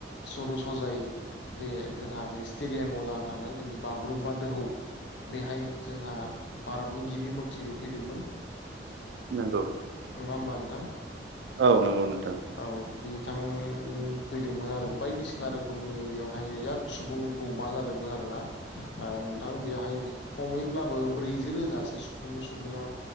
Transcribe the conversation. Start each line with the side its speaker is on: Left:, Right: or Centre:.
Left: सर' सजायै बे जोंहा बे स्टेडियामाव जाना थांनाय जोंनि बागुरुम्बा दोहौ बेहाय जोंहा भारतनि गिबि मन्थ्रिबो फैदोंमोन।
Right: नंगौ।
Left: नङा होमबा नोंथां?
Right: औ नंगौ नोंथां।
Left: औ बिथां फैदोंमोन आरो बायदिसिना रोखोमनि बेयावहाय याद सुबुं गौमा जादोंमोन आरोना। ओ नोंथां बेवहाय खमैब्लाबो ब्रैजि रोजासो सुबुं-सुबुङा